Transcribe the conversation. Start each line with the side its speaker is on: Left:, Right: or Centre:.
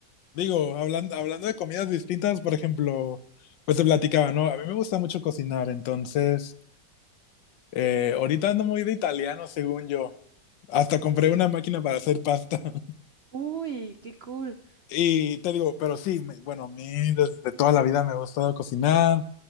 Left: Digo, hablando, hablando de comidas distintas, por ejemplo, pues te platicaba, ¿no? A mí me gusta mucho cocinar, entonces, eh, ahorita ando muy de italiano, según yo. Hasta compré una máquina para hacer pasta. <laughs>
Right: Uy, qué cool.
Left: Y te digo, pero sí, me- bueno, a mí desde toda la vida me ha gustado cocinar.